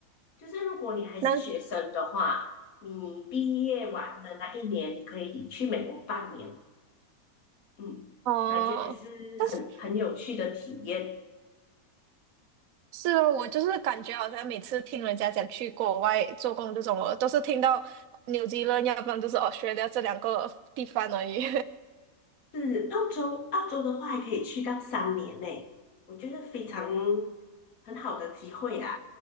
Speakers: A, on the left; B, on the right.
A: 就是如果你还是学生的话，
B: 难
A: 你毕业完的那一年，你可以去美国半年，嗯，
B: 哦，
A: 感觉也是
B: 但是
A: 很有趣的体验。
B: 是哦，我就是感觉好像每次听人家讲去国外做工这种，我都是听到纽西兰，要不然就是 Australia 这两个地方而已。
A: 是澳洲，澳洲的话还可以去到三年呢，我觉得非常很好的机会啦，